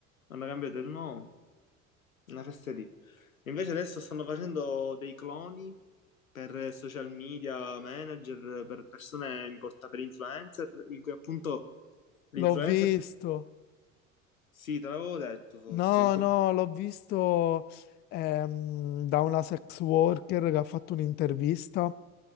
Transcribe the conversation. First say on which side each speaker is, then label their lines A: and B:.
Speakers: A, on the left (about 75°); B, on the left (about 25°).
A: hanno cambiato il nome, una festa lì. Invece adesso stanno facendo dei cloni per social media manager, per persone importanti, per influencer, in cui appunto l'influencer...
B: L'ho visto,
A: Sì, te l'avevo detto forse,
B: no,
A: ma come...
B: no, l'ho visto ehm, da una sex worker che ha fatto un'intervista